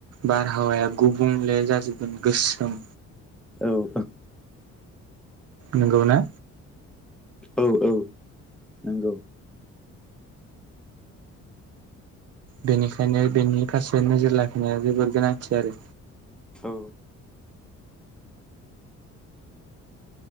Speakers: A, on the right; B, in the centre.
A: बारहावाया गुबुंले जाजोबगोन गोसोम
B: औ-औ
A: नोंगौ ना
B: औ-औ नोंगौ
A: बेनिखायनो बेनि फारसे नोजोर लाखिनाया जोबोर गोनांथि आरो
B: औ